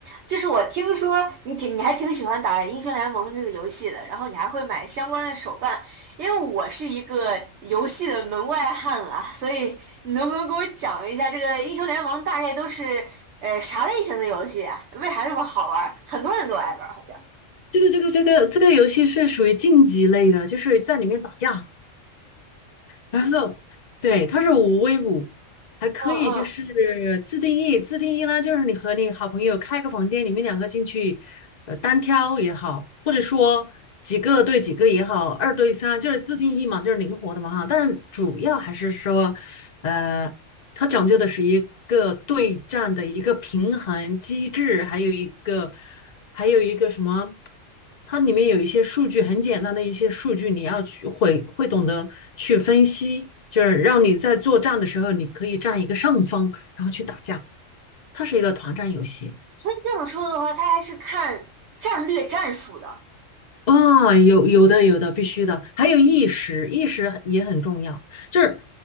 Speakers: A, on the right; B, on the left.
A: 就是我听说你挺你还挺喜欢打《英雄联盟》这个游戏的，然后你还会买相关的手办。因为我是一个游戏的门外汉了，所以你能不能给我讲一下这个《英雄联盟》大概都是呃啥类型的游戏啊？为啥这么好玩儿？很多人都爱玩儿，好像。
B: 这个这个这个这个游戏是属于竞技类的，就是在里面打架，然后对，它是五 v 五，还可以就是自定义，
A: 嗯嗯，
B: 自定义呢就是你和你好朋友开个房间，你们两个进去，呃，单挑也好，或者说几个对几个也好，二对三就是自定义嘛，就是灵活的嘛哈。但是主要还是说，呃，它讲究的是一个对战的一个平衡机制，还有一个。还有一个什么，它里面有一些数据，很简单的一些数据，你要去会会懂得去分析，就是让你在作战的时候，你可以占一个上风，然后去打架。它是一个团战游戏，
A: 所以这种说的话，它还是看战略战术的。
B: 啊，有有的有的，必须的，还有意识，意识也很重要。就是